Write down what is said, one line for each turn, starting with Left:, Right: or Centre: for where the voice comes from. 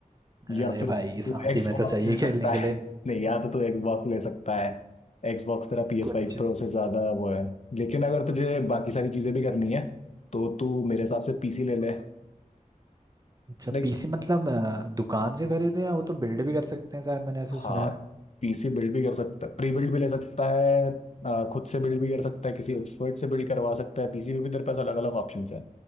Right: अरे
Left: या फिर
Right: भाई साथ
Left: तू एक्सबॉक्स
Right: ही में तो चाहिए
Left: ले सकता
Right: खेलने के
Left: है
Right: लिए
Left: नहीं या तो तू एक्सबॉक्स ले सकता है एक्सबॉक्स तेरा पी एस
Right: कुछ
Left: फाइव प्रो
Right: भी
Left: से ज्यादा वो है लेकिन अगर तुझे बाकी सारी चीजें भी करनी है तो तू मेरे हिसाब से पीसी ले ले
Right: अच्छा
Left: लाइक
Right: पीसी मतलब अ, दुकान से खरीदे या वो तो बिल्ड भी कर सकते हैं शायद मैंने ऐसे
Left: हाँ
Right: सुना है
Left: पीसी बिल्ड भी कर सकता है प्री बिल्ड भी ले सकता है आ, खुद से बिल्ड भी कर सकता है किसी एक्सपर्ट से बिल्ड करवा सकता है पीसी में भी तेरे पास अलग अलग ऑप्शन है